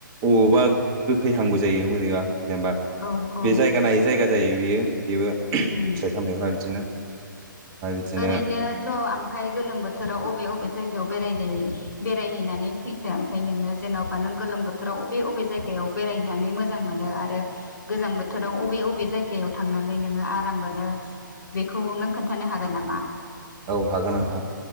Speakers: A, on the right; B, on the left.
A: अबावबा गोखैहांबो जायो मोरैबा जेनबा
B: औ औ
A: बे जायगा नायै जायगा जायो बियो बेबो फिथाइ
B: उम
A: सामथाइफ्रा बिदिनो ओमफ्राय बिदिनो
B: ओरैनोथ आम ओमफाय गोलोम बोथोराव अबे अबे जायगायाव बेराय बेरायहैनानै फैखो ओमफाय नोङो जेनबा न गोलोम बोथोराव। अबे अबे जायगायाव बेरायनानै मोजां मोनो आरो गोजां बोथोराव अबे अबे जायगायाव थांनानै नोङो आराम मोनो बेखौ नों खोन्थानो हागोन नामा।
A: औ हागोन नोंथां।